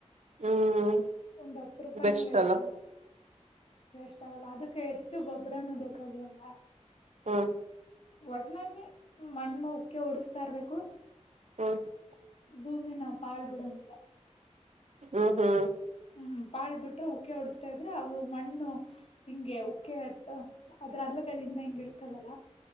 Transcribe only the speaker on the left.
ಒಂದು ಹತ್ತು ರೂಪಾಯಿನ
ವೇಸ್
ಆಗಲ್ಲ ವೇಸ್ಟ್ ಆಗಲ್ಲ ಅದಕ್ ಹೆಚ್ಚು ಗೊಬ್ಬರನು ಬೆಕಾಗಿರಲ್ಲ.
ಒಟ್ಟನಲ್ಲಿ ಮಣ್ಣು ಉಕೀ ಉಡುಸ್ತ ಇರ್ಬೇಕು
ಭೂಮಿನ ಬಾಲ್ ಬುಡಂಗಿಲ್ಲ.
ಹ್ಮ್ ಪಾಳ್ ಬಿಟ್ರ ಉಕೆ ಓಡಿತಾ ರಾ ಅಂದ್ರೆ ಅವು ಮಣ್ಣು ಹಿಂಗೆ ಉಕ್ಕೆ ಅಟ್ಟು ಅದ್ರ ಅಲ್ಲಗಳಿಂದ ಹಿಂಗ ಇರ್ತಾದಲ